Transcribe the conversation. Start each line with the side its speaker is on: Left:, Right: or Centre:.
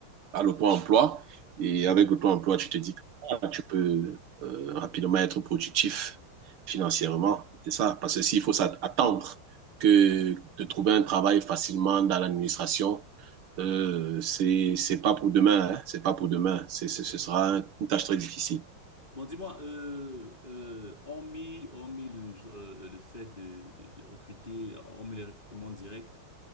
Right: à l'auto-emploi. Et
Left: Mm.
Right: avec l'auto-emploi, tu te dis que ah, tu peux euh, rapidement être productif financièrement. C'est ça. Parce que s'il faut s'attendre que de trouver un travail facilement dans l'administration, euh, c'est c'est pas pour demain, hein, c'est pas pour demain. C'est, c'est- ce sera une tâche très difficile.
Left: Bon, dis-moi, euh, euh, hormis, hormis le, euh, le fait de, de, de recruter, hormis les recrutements directs,